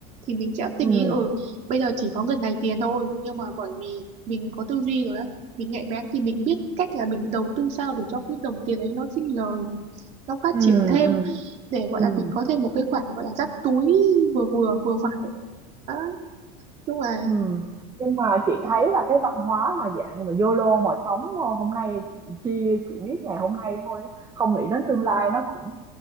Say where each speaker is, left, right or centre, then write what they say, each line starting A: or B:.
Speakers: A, on the right; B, on the right.
A: thì mình sẽ tinh
B: ừm,
A: ý ừ bây giờ chỉ có ngần này tiền thôi nhưng mà bởi vì mình có tư duy rồi á mình nhạy bén thì mình biết cách là mình đầu tư sao để cho cái đồng tiền ấy nó sinh lời nó phát
B: ừm,
A: triển thêm
B: ừm,
A: để gọi
B: ừm,
A: là mình có thêm một cái khoản gọi là dắt túi vừa vừa vừa phải đó đúng là
B: ừm. Nhưng mà chị thấy là cái văn hóa mà dạng mà YOLO mà sống, ơ, hôm nay chia chị biết ngày hôm nay thôi, không nghĩ đến tương lai nó cũng